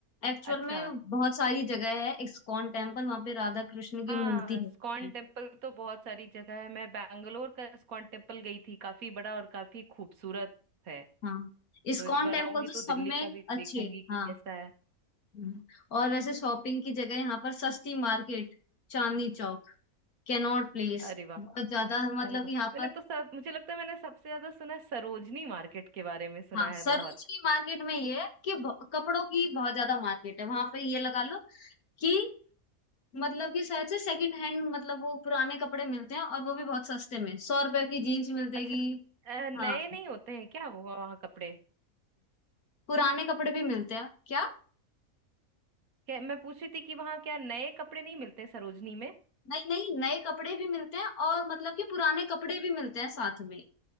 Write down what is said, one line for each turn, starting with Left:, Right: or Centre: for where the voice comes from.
Left: एक्चुअल
Right: अच्छा
Left: में बहुत सारी जगह है इस्कॉन टेम्पल वहां पे राधा कृष्ण की
Right: हाँ
Left: मूर्ति होती
Right: स्कॉन
Left: है
Right: टेम्पल तो बहुत सारी जगह है मैं बैंगलोर का स्कॉन टेम्पल गई थी काफी बड़ा और काफी खूबसूरत है
Left: हाँ इस्कॉन
Right: तो इस बार
Left: टेम्पल
Right: आऊंगी
Left: तो
Right: तो
Left: सब
Right: दिल्ली
Left: में
Right: का भी देखूंगी
Left: अच्छे
Right: कि
Left: हाँ
Right: कैसा है
Left: हम्म। और वैसे शॉपिंग की जगह यहाँ पर सस्ती market Chandni Chowk Connaught Place
Right: अरे वाह
Left: बहुत ज्यादा मतलब
Right: अरे वाह
Left: कि यहाँ
Right: मैंने
Left: पर
Right: तो सब मुझे लगता है मैंने सबसे ज्यादा सुना है सरोजनी मार्केट के बारे में सुना
Left: हाँ सरोज
Right: है बहुत
Left: की मार्केट में ये है कि ब- कपड़ों की बहुत ज्यादा मार्केट है वहां पे ये लगा लो कि मतलब कि शायद से सेकंड हैंड मतलब वो पुराने कपड़े मिलते हैं और वो भी बहुत सस्ते में सौ रुपए की जीन्स मिल जाएगी
Right: अच्छा अ,
Left: हाँ
Right: नए नहीं होते हैं क्या वो वहाँ कपड़े
Left: पुराने कपड़े भी मिलते हैं क्या
Right: क्या मैं पूछ रही थी कि वहां क्या नए कपड़े नहीं मिलते सरोजनी में
Left: नहीं नहीं नए कपड़े भी मिलते हैं और मतलब कि पुराने कपड़े भी मिलते हैं साथ में